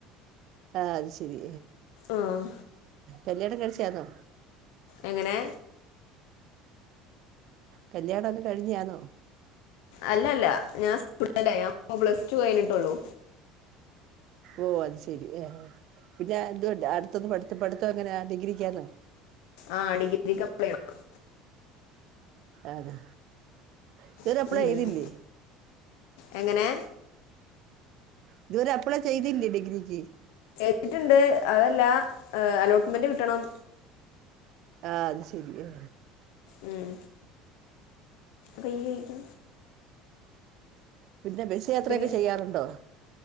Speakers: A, on the right; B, on the left.
A: ആഹ് അത് ശെരി.
B: ആഹ്
A: കല്യാണം കഴിച്ചയാന്നോ?
B: എങ്ങനെ?
A: കല്ലിയാണയൊക്ക കഴിഞ്ഞയാണോ
B: അല്ല അല്ല ഞാൻ സ്റ്റുഡന്റാ ഞാനിപ്പോ പ്ലസ് ടു കഴിഞ്ഞിട്ടുള്ളു
A: ഓ അത് ശരി ആ പിന്നെ അടുത്തത് പട്ത്ത പടുത്തം എങ്ങനെ? ഡിഗ്രിക്കാനോ
B: ആഹ് ഡിഗ്രിക്ക് അപ്ലേ ചെയ്യണം
A: അതെ ഇത് വരെ
B: ചെയ്യണം
A: അപ്ലൈ ചെയ്തില്ലേ
B: എങ്ങനെ
A: ഇതുവരെ അപ്ലേ ചെയ്തില്ലേ ഡിഗ്രിക്ക്
B: എഴുതിയിട്ടുണ്ട് അതല്ല അലോട്ട്മെന്റ് കിട്ടണം.
A: ആഹ് അത് ശരിയെ
B: ഉം. ബി ഐ ഏത്
A: പിന്നെ ബസ് യാത്രയൊക്കെ
B: പിന്നെ
A: ചെയ്യാറുണ്ടോ